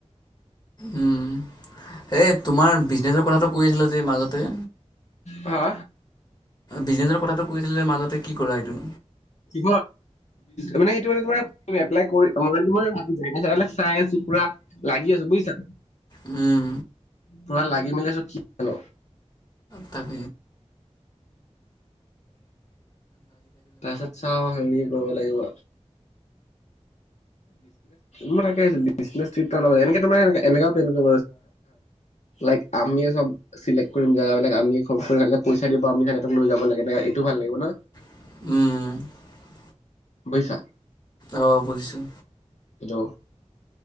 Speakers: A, on the left; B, on the left.
A: উম এই তোমাৰ বিজনেচৰ কথাটো কৈ আছিলা যে মাজতে
B: হা
A: বিজনেছৰ কথাটো কৈ আছিল যে মাজতে কি কৰা এইটো
B: কি মানে সেইটো মানে ত এপ মই জ চাক চাইছোুৰা লাগি আছে বুজিছা
A: উম
B: পুৰা লাগি মেলি চো কিান
A: তাক
B: তাৰপিছত চাওঁ হে কৰিব লাগিব মই থাকেত এ এনে তো লাইক আমিয়ে চব চেক্ কৰিম জেগাবিলাক আমিয় পইচা দিব আমি লৈ যাব লাগে এ এইটো ভাল লাগিব ন
A: উম
B: বৈছা
A: আহঁ বুজিছোঁ
B: হেল্লো